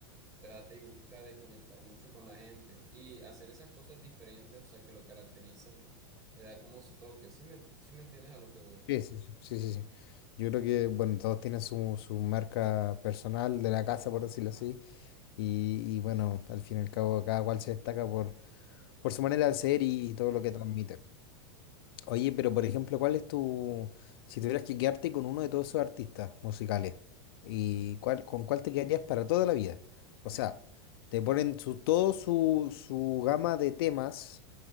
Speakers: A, on the right (about 25°); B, on the left (about 60°).
A: trata y busca de conectar mucho con la gente y hacer esas cosas diferentes, o sea, que lo caracterizan, le da como su toque. ¿Sí me, sí me entiendes a lo que voy?
B: Sí, sí, sí, sí, sí, sí. Yo creo que, bueno, todos tienen su, su marca personal de la casa, por decirlo así. Y, y bueno, al fin y al cabo, cada cual se destaca por, por su manera de ser y, y todo lo que transmite. Oye, pero por ejemplo, ¿cuál es tu, si tuvieras que quedarte con uno de todos esos artistas musicales, y cuál, con cuál te quedarías para toda la vida?
A: Uf.
B: O sea, te ponen su, todo su, su gama de temas,